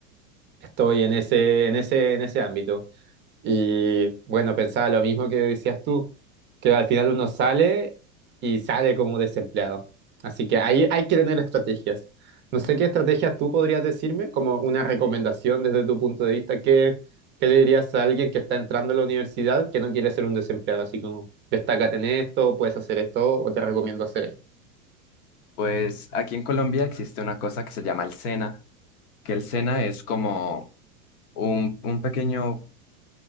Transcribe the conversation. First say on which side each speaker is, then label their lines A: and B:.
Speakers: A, on the right; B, on the left.
A: estoy en ese en ese en ese ámbito. Y bueno, pensaba lo mismo que decías tú, que al final uno sale y sale como desempleado. Así que ahí hay que tener estrategias. No sé qué estrategias tú podrías decirme, como una recomendación desde tu punto de vista, ¿qué, qué le dirías a alguien que está entrando a la universidad que no quiere ser un desempleado? Así como, destácate en esto, puedes hacer esto o te recomiendo hacer esto.
B: Pues aquí en Colombia existe una cosa que se llama el SENA, que el SENA es como un, un pequeño